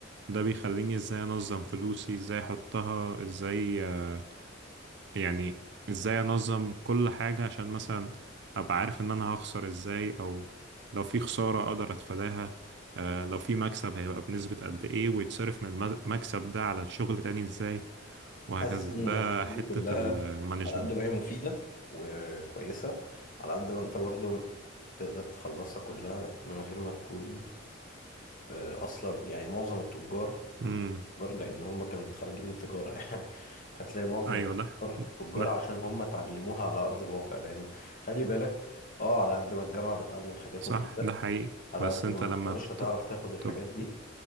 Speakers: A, on the right; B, on the left.
A: ده بيخليني ازاي انظم فلوسي ازاي احطها ازاي آه، يعني ازاي انظم كل حاجة عشان مثلا ابقى عارف ان انا هخسر ازاي او لو في خسارة اقدر اتفاداها آه لو في مكسب هيبقى بنسبة قد ايه ويتصرف من المكسب ده على الشغل تاني ازاي وهكذا
B: حاسس ان
A: ده
B: الحاجات
A: حتة
B: دي كلها
A: المانجمنت
B: على قد ما هي مفيدة وكويسة على قد ما انت برضو تقدر تخلصها كلها من غير ما تكون آه، اصلا يعني معظم التجار م-
A: امم
B: تجار لان هم كانوا متخرجين من تجارة <laughs> يعني هتلاقي معظم
A: ايوه
B: التجار
A: ده
B: تجار
A: ده
B: عشان هم اتعلموها على ارض الواقع لان خلي بالك اه على قد ما الجامعة بتعلم حاجات
A: صح
B: مفيدة
A: ده حقيقي
B: على
A: بس
B: قد
A: انت
B: ما
A: لما
B: انت مش
A: بت...
B: هتعرف تاخد الحاجات
A: طب...
B: دي